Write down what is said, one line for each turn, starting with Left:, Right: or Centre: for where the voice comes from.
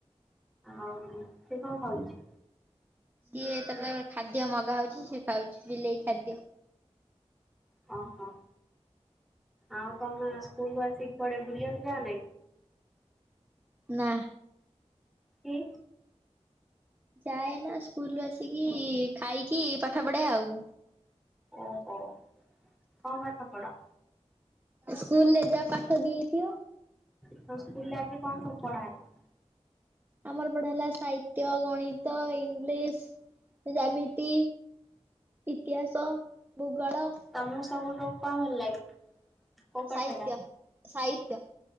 Centre: ଆଉ ସେ କଣ ଖାଉଚି?
Right: ସିଏ ଏତେ ପ୍ରକାର ଖାଦ୍ୟ ମଗା ହଉଚି ସେ ଖାଉଚି ବିଲେଇ ଖାଦ୍ୟ।
Centre: ହଁ ହଁ। ଆଉ ତମେ ସ୍କୁଲୁରୁ ଆସିକି କୁଆଡେ ବୁଲିଆକୁ ଯାଅ ନା କି?
Right: ନା।
Centre: କି?
Right: ଚା ନା ସ୍କୁଲୁରୁ ଆସିକି ଖାଇକି ପାଠ ପଢେ ଆଉ।
Centre: ଓହୋ ହଁ କଣ ପାଠ ପଢ଼?
Right: ସ୍କୁଲ ରେ ଯାହା ପାଠ ଦିଆଇଥିବ।
Centre: ତମ ସ୍କୁଲ ରେ ଆଜି କଣ ସବୁ ପଢା ହେଲା?
Right: ଆମର ପଢା ହେଲା ସାହିତ୍ୟ, ଗଣିତ, ଇଂଲିଶ, ଜାମିତି। ଇତିହାସ ଭୂଗୋଳ।
Centre: ତମୁକୁ ସବୁଠୁ କଣ ଭଲ ଲାଗେ କୋଉ ପାଠ
Right: ସାହିତ୍ୟ।
Centre: ଟା?
Right: ସାହିତ୍ୟ।